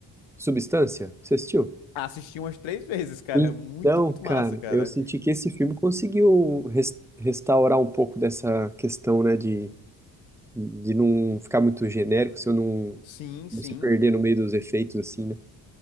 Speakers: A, in the centre; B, on the left (about 70°).
A: Substância. Você assistiu?
B: Assisti umas três <laughs> vezes, cara,
A: Então,
B: é muito, muito
A: cara,
B: massa, cara.
A: eu senti que esse filme conseguiu res- restaurar um pouco dessa questão, né, de, de não ficar muito genérico, se eu não,
B: Sim, sim.
A: não se perder no meio dos efeitos, assim, né?